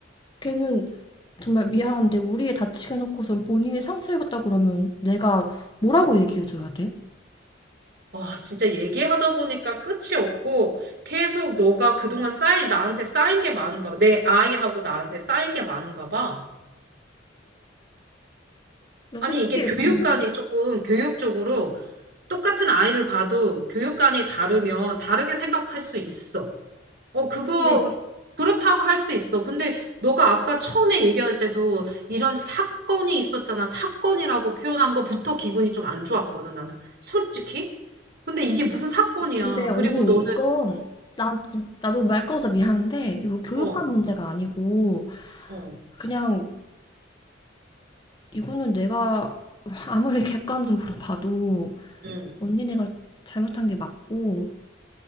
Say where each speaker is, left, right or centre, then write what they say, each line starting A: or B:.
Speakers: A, on the left; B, on the right.
A: 걔는 정말 미안한데 우리 애 다치게 해놓고선 본인이 상처입었다 그러면 내가 뭐라고 얘기해줘야 돼?
B: 와, 진짜 얘기하다 보니까 끝이 없고 계속 너가 그동안 쌓인, 나한테 쌓인 게 많은가 봐. 내 아이하고 나한테 쌓인 게 많은가 봐.
A: 나
B: 아니,
A: 솔직히,
B: 이게 교육관이
A: 음.
B: 조금 교육적으로 똑같은 아이를 봐도 교육관이 다르면 다르게 생각할 수 있어. 어, 그거,
A: 근데,
B: 그렇다고 할 수 있어. 근데 너가 아까 처음에 얘기할 때도 이런 사건이 있었잖아. 사건이라고 표현한 거부터 기분이 좀 안 좋았거든, 나는. 솔직히. 근데 이게 무슨 사건이야.
A: 근데 언니,
B: 그리고 너는,
A: 이건 나, 나도 말꺼어서 미안한데 이거 교육감
B: 어, 어,
A: 문제가 아니고
B: 어,
A: 그냥 이거는 내가 <laughs> 아무리 객관적으로 봐도
B: 응.
A: 언니네가 잘못한 게 맞고